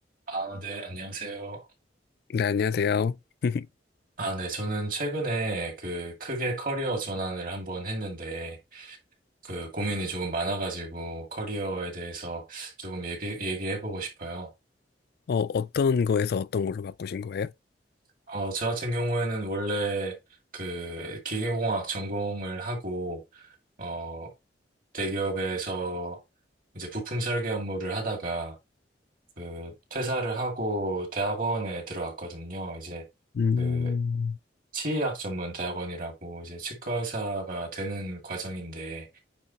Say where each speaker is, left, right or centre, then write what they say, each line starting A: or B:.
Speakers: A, on the right; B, on the left.
A: 아, 네, 안녕하세요.
B: 네, 안녕하세요. <laughs>
A: 아, 네, 저는 최근에 그 크게 커리어 전환을 한번 했는데, 그 고민이 조금 많아가지고 커리어에 대해서 조금 얘기, 얘기해보고 싶어요.
B: 어, 어떤 거에서 어떤 걸로 바꾸신 거예요?
A: 어, 저 같은 경우에는 원래 그 기계공학 전공을 하고, 어, 대기업에서 이제 부품 설계 업무를 하다가 그 퇴사를 하고 대학원에 들어갔거든요. 이제
B: 음,
A: 그 치의학 전문 대학원이라고 이제 치과 의사가 되는 과정인데